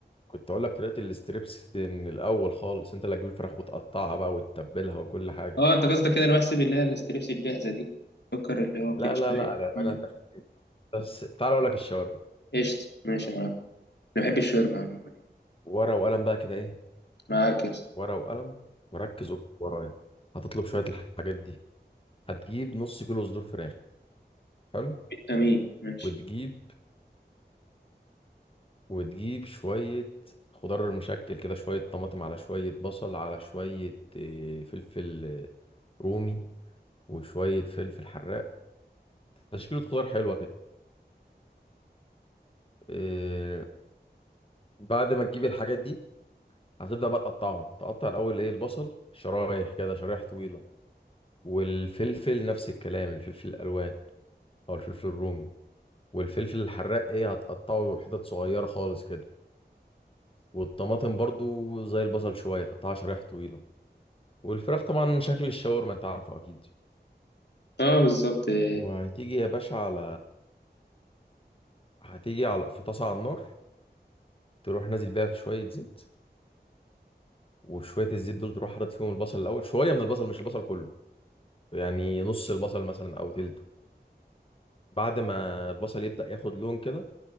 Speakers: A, on the left; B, on the left.
A: كنت هقول لك طريقة الستريبس من الأول خالص أنت اللي هتجيب الفراخ وتقطعها بقى وتتبلها وكل حاجة
B: اه انت قصدك كده انا بحسب اللي هي الستريبس الجاهزه دي فكر اللي هو بتتشتري
A: لا لا لا انا أنا-
B: مم.
A: أنت- بس تعال اقول لك الشاورما
B: قشطه ماشي معاك انا بحب الشاورما عموما يعني.
A: ورقه وقلم بقى كده ايه
B: معاك يا اسطى
A: ورقه وقلم وركز واكتب ورايا هتطلب شويه الحاجات دي هتجيب نص كيلو صدور فراخ حلو
B: امين ماشي
A: وتجيب وتجيب شويه خضار مشكل كده شويه طماطم على شويه بصل على شويه آه، فلفل آه، رومي وشويه فلفل حراق تشكيله خضار حلوه كده آه، بعد ما تجيب الحاجات دي هتبدا بقى تقطعهم تقطع الاول ايه البصل شرايح كده شرايح طويله والفلفل نفس الكلام الفلفل الالوان او الفلفل الرومي والفلفل الحراق ايه هتقطعه حتت صغيره خالص كده والطماطم برضو زي البصل شويه تقطعها شرايح طويله والفراخ طبعا شكل الشاورما انت عارفه اكيد
B: اه بالظبط آه،
A: وهتيجي يا باشا على هتيجي على في طاسه على النار تروح نازل بيها في شويه زيت وشويه الزيت دول تروح حاطط فيهم البصل الاول شويه من البصل مش البصل كله يعني نص البصل مثلا او تلته بعد ما البصل يبدأ ياخد لون كده